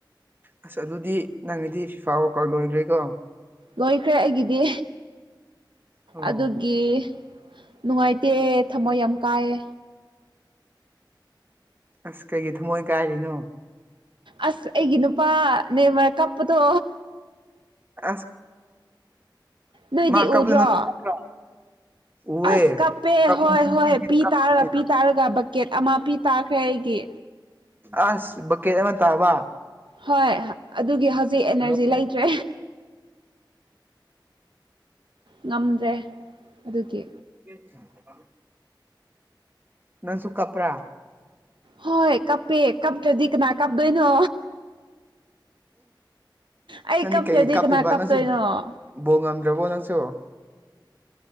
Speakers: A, on the right (about 25°); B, on the right (about 75°).
A: ꯑꯁ ꯑꯗꯨꯗꯤ ꯅꯪꯒꯤꯗꯤ ꯐꯤꯐꯥ ꯋꯥꯀ ꯂꯣꯏꯈ꯭ꯔꯦꯀꯣ
B: ꯂꯣꯏꯈ꯭ꯔꯦ ꯑꯩꯒꯤꯗꯤ
A: ꯑꯣ
B: ꯑꯗꯨꯒꯤ ꯅꯨꯡꯉꯥꯏꯇꯦ ꯊꯝꯃꯣꯏ ꯌꯥꯝ ꯀꯥꯏꯌꯦ
A: ꯑꯁ ꯀꯩꯒꯤ ꯊꯃꯣꯏ ꯀꯥꯏꯔꯤꯅꯣ
B: ꯑꯁ ꯑꯩꯒꯤ ꯅꯨꯄꯥ ꯅꯦ ꯃꯔ ꯀꯞꯄꯗꯣ
A: ꯑꯁ
B: ꯅꯣꯏꯗꯤ
A: ꯃꯥ ꯀꯞꯄꯗꯣ
B: ꯎꯗ꯭ꯔꯣ
A: ꯅꯪꯁꯨ ꯀꯞꯄ꯭ꯔꯣ ꯎꯋꯦ
B: ꯑꯁ ꯀꯞꯄꯦ
A: ꯀꯞꯄꯨ
B: ꯍꯣꯏ ꯍꯣꯏ ꯄꯤ
A: ꯀꯞꯄꯅꯦ
B: ꯇꯥꯔꯒ ꯄꯤ ꯇꯥꯔꯒ ꯕꯛꯀꯦꯠ ꯑꯃ ꯄꯤ ꯇꯥꯈ꯭ꯔꯦ ꯑꯩꯒꯤ
A: ꯑꯁ ꯕꯛꯀꯦꯠ ꯑꯃ ꯇꯥꯕ
B: ꯍꯣꯏ ꯑꯗꯨꯒꯤ ꯍꯧꯖꯤꯛ ꯑꯦꯅꯔꯖꯤ
A: ꯂꯣꯏ
B: ꯂꯩꯇ꯭ꯔꯦ ꯉꯝꯗ꯭ꯔꯦ ꯑꯗꯨꯒꯤ
A: ꯀꯗꯤ ꯁꯪꯗꯦ ꯀ ꯅꯪꯁꯨ ꯀꯄ꯭ꯔꯥ
B: ꯍꯣꯏ ꯀꯞꯄꯦ ꯀꯥꯞꯇ꯭ꯔꯗꯤ ꯀꯅꯥ ꯀꯥꯞꯗꯣꯏꯅꯣ ꯑꯩ
A: ꯅꯪꯗꯤ
B: ꯀꯞꯇ꯭ꯔꯗꯤ
A: ꯀꯩ ꯀꯥꯞꯄꯤꯕ
B: ꯀꯅꯥ ꯀꯞꯇꯣꯏꯅꯣ
A: ꯅꯪꯁꯨ ꯕꯣ ꯉꯝꯗ꯭ꯔꯕꯣ ꯅꯪꯁꯨ